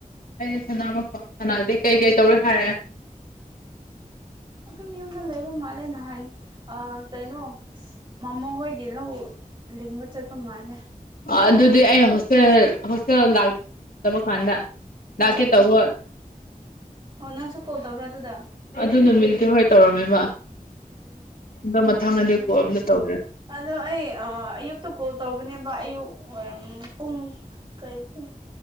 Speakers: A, on the left; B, on the right.
A: ꯑꯩꯗꯤ ꯁꯅꯥ ꯃꯈꯣ ꯁꯅꯥꯗꯤ ꯀꯩ ꯀꯩ ꯇꯧꯔꯦ ꯍꯥꯏꯔꯦ
B: ꯝ ꯌꯨꯝꯗ ꯂꯩꯕ ꯃꯥꯜꯂꯦ ꯅꯍꯥꯟ ꯑ ꯀꯩꯅꯣ ꯃꯃꯣ ꯍꯣꯏꯒꯤ ꯂꯧ ꯂꯤꯡꯕ ꯆꯠꯄ ꯃꯥꯜꯂꯦ
A: ꯑ ꯑꯗꯨꯗꯤ ꯑꯩ ꯍꯣꯁꯇꯦꯜ ꯍꯣꯁꯇꯦꯜ ꯂꯥꯛꯇꯕ ꯀꯥꯟꯗ
B: ꯍꯣꯏ
A: ꯂꯀꯦ ꯇꯧꯕꯣ꯫
B: ꯑꯣ ꯅꯪꯁꯨ ꯀꯣꯜ ꯇꯧꯕ꯭ꯔꯥ ꯑꯗꯨꯗ
A: ꯑꯗꯨ ꯅꯨꯃꯤꯠꯇꯠꯇꯤ ꯍꯣꯏ ꯇꯧꯔꯝꯃꯦꯕ
B: ꯑꯣ
A: ꯑꯗꯣ ꯃꯊꯪꯗꯗꯤ
B: ꯉꯁꯤꯁꯨ
A: ꯀꯣ ꯑꯝꯇ ꯇꯧꯗ꯭ꯔꯦ
B: ꯑꯗꯣ ꯑꯩ ꯑꯌꯨꯛꯇ ꯀꯣꯜ ꯇꯧꯕꯅꯦꯕ ꯑꯌꯨꯛ ꯋꯥꯔꯝ ꯄꯨꯡ ꯀꯩꯁ